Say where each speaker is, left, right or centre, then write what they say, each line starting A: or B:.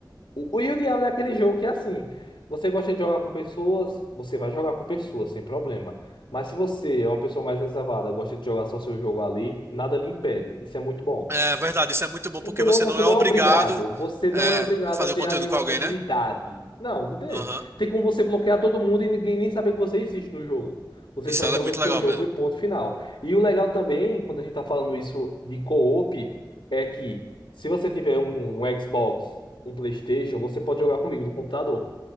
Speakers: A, on the left (about 85°); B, on the right (about 30°).
A: O, o E o Diablo é aquele jogo que assim, você gosta de jogar com pessoas, você vai jogar com pessoas sem problema. Mas se você é uma pessoa mais reservada, gosta de jogar só seu jogo ali, nada lhe impede. Isso é muito bom.
B: É verdade, isso é muito bom
A: Entendeu?
B: porque você
A: Você
B: não é
A: não
B: obrigado
A: é obrigado. Você não
B: é,
A: é obrigado
B: a fazer
A: a ter
B: o conteúdo
A: ali uma
B: com alguém,
A: comunidade.
B: né?
A: Não, não tem.
B: Aham.
A: Tem como você bloquear todo mundo e ninguém nem saber que você existe no jogo. Você
B: Isso
A: só
B: ela
A: joga
B: é muito
A: o seu
B: legal
A: jogo
B: mesmo.
A: e ponto final. E o legal também, quando a gente tá falando isso de co-op, é que se você tiver um, um Xbox, um PlayStation, você pode jogar comigo do computador,